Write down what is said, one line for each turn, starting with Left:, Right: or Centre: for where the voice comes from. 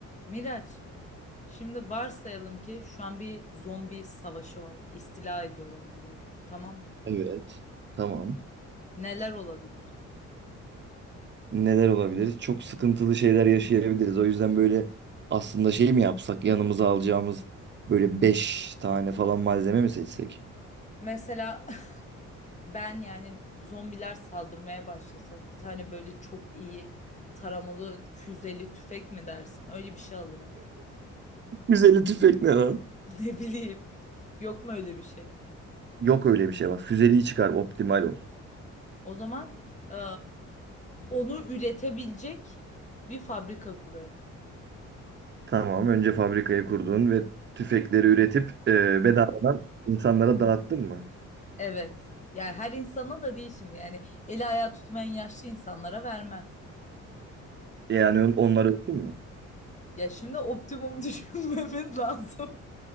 Left: Miraç, şimdi varsayalım ki şu an bir zombi savaşı var. İstila ediyorlar burayı. Tamam mı?
Right: Evet. Tamam.
Left: Neler olabilir?
Right: Neler olabilir? Çok sıkıntılı şeyler yaşayabiliriz. O yüzden böyle aslında şey mi yapsak? Yanımıza alacağımız böyle 5 tane falan malzeme mi seçsek?
Left: Mesela <laughs> ben yani zombiler saldırmaya başlasa bir tane böyle çok iyi taramalı füzeli tüfek mi dersin? Öyle bir şey alırım. <laughs>
Right: Füzeli tüfek ne lan?
Left: Ne bileyim. Yok mu öyle bir şey?
Right: Yok öyle bir şey bak. Füzeliği çıkar, optimal ol.
Left: O zaman e, onu üretebilecek bir fabrika kurarım.
Right: Tamam. Önce fabrikayı kurdun ve tüfekleri üretip e, bedavadan insanlara dağıttın mı?
Left: Evet. Yani her insana da değil şimdi. Yani eli ayağı tutmayan yaşlı insanlara vermem.
Right: Yani on- onlar ölsün mü?
Left: Ya şimdi optimum <laughs> düşünmemiz lazım.